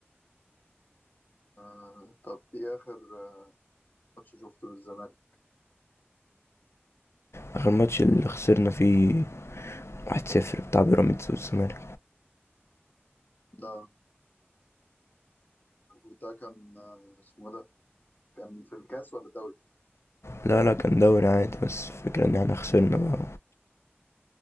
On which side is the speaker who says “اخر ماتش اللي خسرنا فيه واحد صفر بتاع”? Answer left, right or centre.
Left